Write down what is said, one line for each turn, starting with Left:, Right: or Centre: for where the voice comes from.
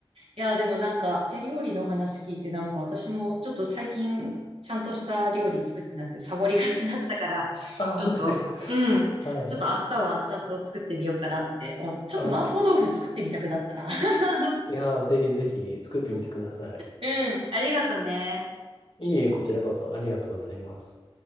Right: いや、でもなんか手料理の話聞いてなんか私もちょっと最近ちゃんとした料理作ってなくサボりがちだったから、<laughs>
Left: あ、
Right: ちょっと、
Left: 本当ですか。
Right: うん。
Left: <laughs> はい。
Right: ちょっと明日はちゃんと作ってみようかなって思って、ちょっと麻婆豆腐作ってみたくなったな。
Left: あ、
Right: <laughs>
Left: いやー、ぜひぜひ作ってみてください。
Right: うん。ありがとね。
Left: いえいえ、こちらこそありがとうございます。